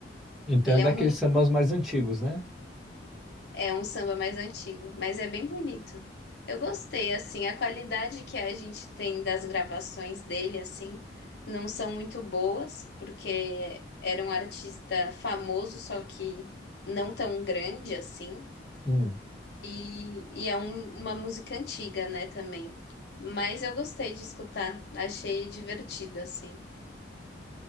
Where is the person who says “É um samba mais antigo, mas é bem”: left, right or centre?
Left